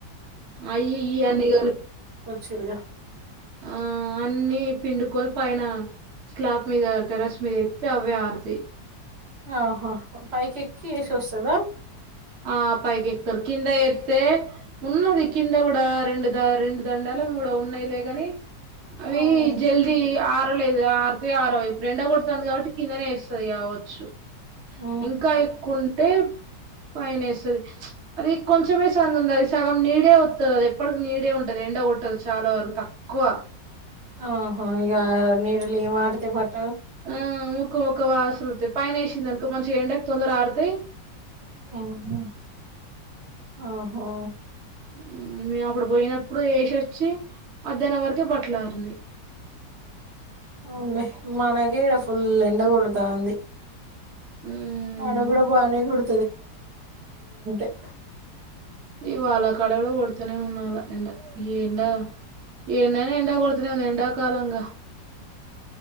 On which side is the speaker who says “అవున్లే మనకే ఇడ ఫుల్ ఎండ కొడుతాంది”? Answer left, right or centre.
Right